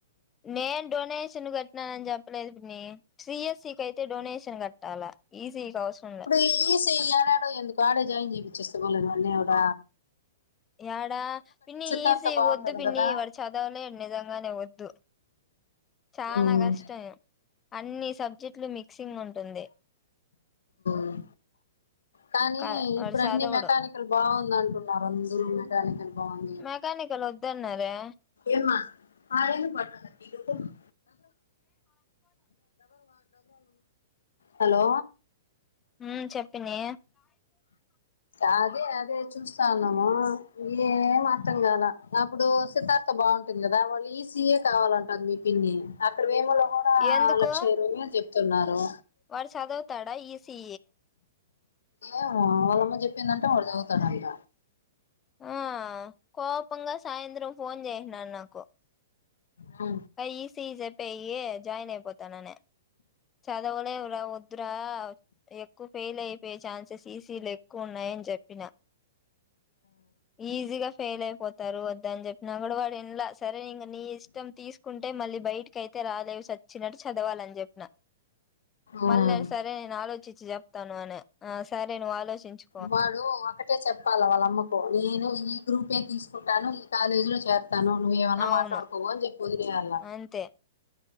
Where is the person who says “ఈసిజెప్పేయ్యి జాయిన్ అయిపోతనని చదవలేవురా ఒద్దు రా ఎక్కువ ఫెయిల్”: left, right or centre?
Left